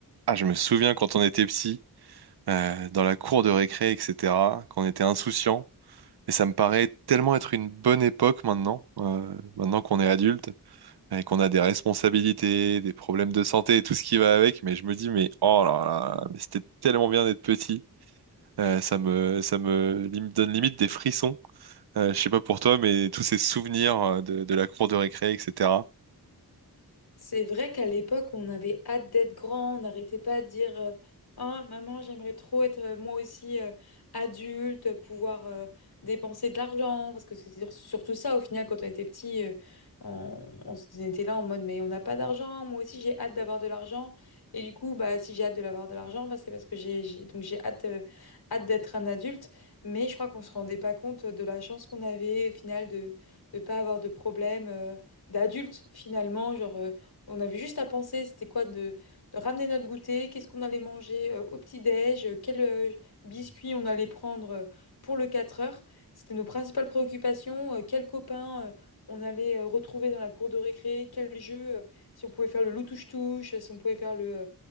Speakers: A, on the right; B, on the left.
A: Ah, je me souviens quand on était petit, euh, dans la cour de récré, etc., qu'on était insouciant. Et ça me paraît tellement être une bonne époque maintenant, euh, maintenant qu'on est adulte et qu'on a des responsabilités, des problèmes de santé et tout ce qui va avec. Mais je me dis, mais oh là là, mais c'était tellement bien d'être petit. Euh, ça me, ça me lim- donne limite des frissons. Euh, je sais pas pour toi, mais tous ces souvenirs euh, de, de la cour de récré, etc.
B: C'est vrai qu'à l'époque, on avait hâte d'être grand, on n'arrêtait pas de dire euh, Oh, maman, j'aimerais trop être euh, moi aussi euh, adulte, pouvoir euh, dépenser de l'argent. Parce que c'était sur- surtout ça, au final, quand on était petit, euh, on, on s- on était là en mode Mais on n'a pas d'argent, moi aussi j'ai hâte d'avoir de l'argent. Et du coup, bah, si j'ai hâte de l'avoir de l'argent, bah, c'est parce que j'ai j'ai- donc j'ai hâte, euh, hâte d'être un adulte. Mais je crois qu'on se rendait pas compte de la chance qu'on avait, au final, de ne pas avoir de problème euh, d'adulte, finalement. Genre. euh, on avait juste à penser, c'était quoi de, de ramener notre goûter, qu'est-ce qu'on allait manger euh, au petit-déj, euh, quel euh, biscuit on allait prendre euh, pour le 4 heures. C'était nos principales préoccupations, euh, quel copain euh, on allait euh, retrouver dans la cour de récré, quel jeu, euh, si on pouvait faire le loup touche-touche, euh, si on pouvait faire le, euh,